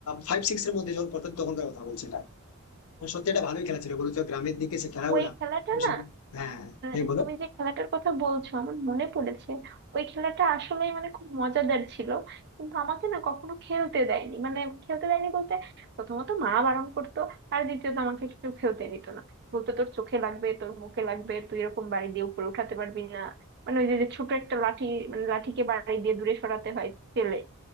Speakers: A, on the left; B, on the right.
A: ফাইভ সিক্স এর মধ্যে যখন প্রথম তখনকার কথা বলছি এটা মানে সত্যি এটা ভালোই খেলা ছিল বলতো গ্রামের দিকে সে খেলাগুলা
B: ওই খেলাটা
A: তো
B: না
A: সব- হ্যাঁ
B: আহ,
A: এই বলো
B: তুমি যে খেলাটার কথা বলছো আমার মনে পড়েছে ওই খেলাটা আসলে মানে খুব মজাদার ছিল কিন্তু আমাকে না কখনো খেলতে দেয়নি মানে খেলতে দেয়নি বলতে প্রথমত মা বারণ করতো আর দ্বিতীয়ত আমাকে কেউ খেলতে দিত না বলতো তোর চোখে লাগবে তোর মুখে লাগবে তুই এরকম বাড়ি দিয়ে উপরে উঠাতে পারবি না মানে ওই যে যে ছোট একটা লাঠি মানে লাঠিকে বাড়ি দিয়ে দূরে সরাতে হয় চেলে